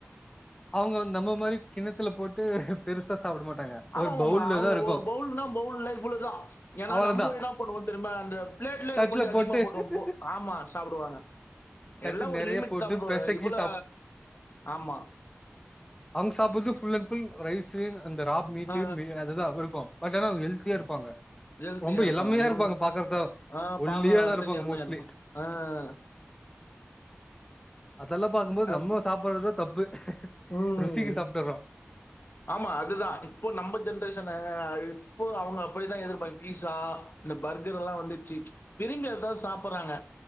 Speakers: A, on the left; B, on the left.
A: அவுங்க நம்ப மாதிரி கிண்ணத்துல போட்டு பெருசா சாப்ட மாட்டாங்க
B: ஆமா
A: ஒரு
B: மாமா
A: பவுல்ல
B: அவுங்க
A: தா இருக்கு
B: ஒரு பவுல்னா பவுல்ல இவ்வுளதான் ஏன்னா
A: அவ்ளோதா
B: நம்மவிடா <unintelligible> திரும்ப அந்த ப்ளேட்லே
A: தட்ல
B: கொஞ்சம் அதிகமா
A: போட்டு
B: போட்டுவன் போ ஆமா சாப்டுவாங்க
A: தட்டு
B: எல்லா ஒரு
A: நெறைய
B: லிமிட்
A: போட்டு
B: தான் ப்ரோ
A: பெசக்கி
B: இவ்ளோ ஆமா
A: அவுங்க சாப்புறது புல் அண் புல் ரைஸு அந்த ராப் மீட்டு
B: ஆ
A: மீ அதுதான் இருக்கும் பட் ஆனா ஹெல்த்தியா இருப்பாங்க
B: ஹெல்தியா
A: ரொம்ப
B: இருப்பாங்க
A: இளமையா
B: இவுங்க
A: பாக்கறதா
B: ஆஹ்
A: ஒல்லியாதா
B: பாக்க அத்துக்கு
A: இருப்பாங்க
B: எளிமையா
A: மோஸ்ட்லி
B: இருக்கும்ஆஹ்
A: அதல்லாம் பாக்கும் போது
B: அப்
A: நம்மோ சாப்புறது தான் தப்பு
B: ம்
A: ருசிக்கு சாப்ட்டுறோ
B: ஆமா அதுதான் இப்போ நம்ப ஜென்ரேஷன் இப்போ அவுங்க அப்படிதான் எதுர்பாக் பீஸா இந்த பர்கரெல்லாம் வந்துருச்சு விரும்பி அதுதான் சாப்புறாங்க